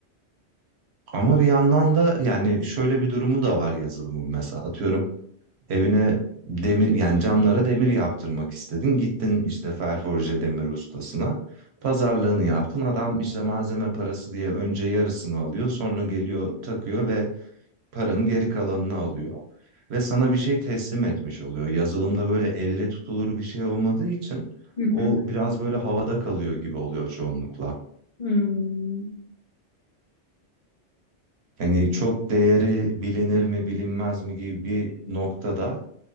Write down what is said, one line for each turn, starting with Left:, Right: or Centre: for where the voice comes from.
Right: Ama bir yandan da yani şöyle bir durumu da var yazılımın mesela. Atıyorum Evine demir yani camlara demir yaptırmak istedin. Gittin işte ferforje demir ustasına. Pazarlığını yaptın. Adam işte malzeme parası diye önce yarısını alıyor. Sonra geliyor takıyor ve paranın geri kalanını alıyor. Ve sana bir şey teslim etmiş oluyor. Yazılımda böyle elle tutulur bir şey olmadığı için
Left: Hı hı.
Right: o biraz böyle havada kalıyor gibi oluyor çoğunlukla.
Left: Hmm,
Right: Yani çok değeri bilinir mi bilinmez mi gibi bir noktada